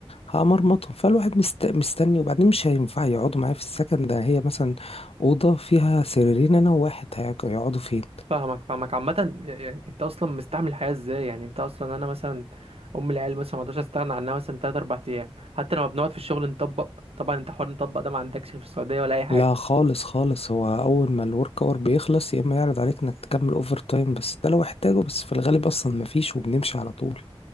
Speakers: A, on the left (about 70°); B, on the right (about 70°).
A: هأمرمطهم فالواحد مست... مستني وبعدين مش هينفع يقعدوا معايا في السكن ده هي مثلا أوضة فيها سريرين أنا وواحد هيقعدوا فين
B: فاهمك فاهمك عامة يعني انت اصلا مستعمل الحياة ازاي يعني انت اصلا انا مثلا ام العيال مثلا ما اقدرش استغنى عنها مثلا 3 4 ايام حتى لما بنقعد في الشغل نطبق طبعا انت حوار نطبق ده ما عندكش في السعودية ولا اي حاجة
A: لا خالص خالص هو أول ما الورك أور بيخلص يا إما يعرض عليك إنك تكمل أوفر تايم بس ده لو احتاجه بس في الغالب أصلا مفيش وبنمشي على طول